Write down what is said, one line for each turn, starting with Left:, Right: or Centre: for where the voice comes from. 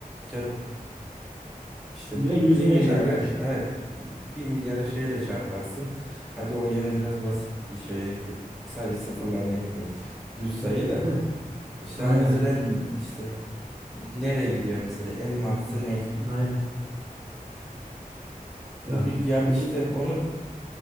Centre: ya, işte bir
Right: Direkt 100 bine
Centre: milyarı
Right: çarpın
Centre: evet bir bir milyarı şeyle çarparsın. Hadi o yine biraz basit bir şey sadece sıfırlarını ekliyorsun. Düz sayı
Right: <laughs>
Centre: da.
Right: Heh,
Centre: İşte
Right: Aynen.
Centre: ama mesela n- işte nereye gidiyor mesela en maksı ne?
Right: Aynen.
Centre: Onu
Right: Ya
Centre: bir yap
Right: bir
Centre: işte
Right: de
Centre: onu